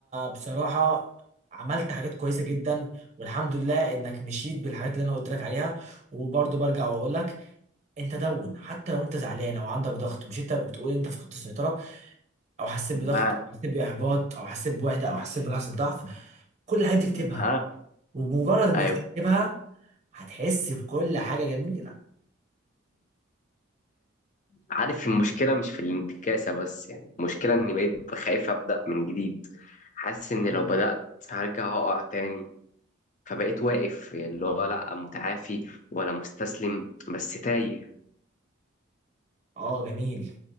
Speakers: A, on the right; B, on the left.
A: بصراحة عملت حاجات كويسة جدا والحمد لله إنك مشيت بالحاجات اللي أنا قلت لك عليها وبرضه برجع وأقول لك أنت دون حتى لو أنت زعلان أو عندك ضغط مش أنت بتقول أنت فقدت السيطرة أو حسيت بضغط
B: آه،
A: أو حسيت بإحباط أو حسيت بوحدة أو حسيت بلحظة ضعف كل الحاجات دي اكتبها
B: آه.
A: وبمجرد إنك
B: أيوه
A: تكتبها هتحس بكل حاجة جميلة
B: عارف المشكلة مش في الانتكاسة بس يعني المشكلة إني بقيت خايف أبدأ من جديد حاسس إن لو بدأت هرجع أقع تاني فبقيت واقف اللي هو لأ متعافي ولا مستسلم بس تايه
A: اه جميل